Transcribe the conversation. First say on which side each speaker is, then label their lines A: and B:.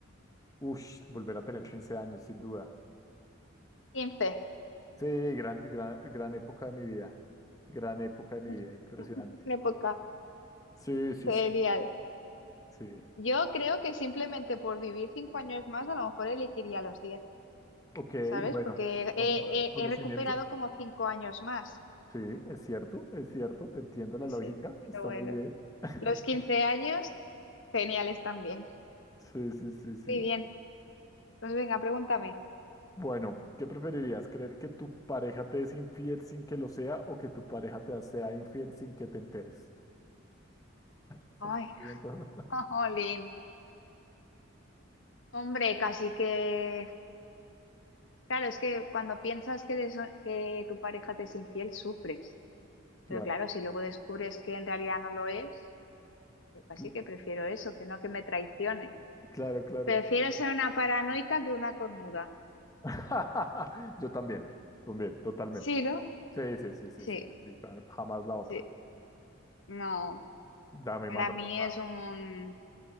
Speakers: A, on the left; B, on the left.
A: Ush, volver a tener 15 años, sin duda.
B: quince
A: Sí, gran, gran, gran época de mi vida. Gran época de mi
B: <laughs>
A: vida, impresionante.
B: una época
A: Sí, sí,
B: genial.
A: sí, sí.
B: Yo creo que simplemente por vivir 5 años más, a lo mejor elegiría los diez
A: Ok,
B: ¿sabes?
A: bueno,
B: Porque
A: con
B: he,
A: todo conocimiento.
B: he- he recuperado como 5 años más.
A: Sí, es cierto, es cierto, te entiendo la lógica,
B: Sí, pero
A: está
B: bueno.
A: muy bien. <laughs>
B: Los 15 años, geniales también.
A: Sí, sí, sí, sí.
B: Muy bien. Pues venga, pregúntame.
A: Bueno, ¿qué preferirías? ¿Creer que tu pareja te es infiel sin que lo sea o que tu pareja te sea infiel sin que te enteres? Esas
B: Ay,
A: preguntas- <laughs>
B: <laughs> jolín. Hombre, casi que. Claro, es que cuando piensas que, de que tu pareja te es infiel, sufres.
A: Claro,
B: Pero claro, si luego descubres que en realidad no lo es, yo casi
A: cl-
B: que prefiero eso, que no que me traicione.
A: claro, claro,
B: Prefiero
A: claro.
B: ser una paranoica que una cornuda.
A: claro. <laughs> Yo también, también, totalmente.
B: Sí, ¿no?
A: Sí, sí, sí, sí,
B: Sí,
A: sí, sí, sí, ja- jamás la otra.
B: sí. No,
A: Dame,
B: para
A: manda
B: mí
A: la otra.
B: es un,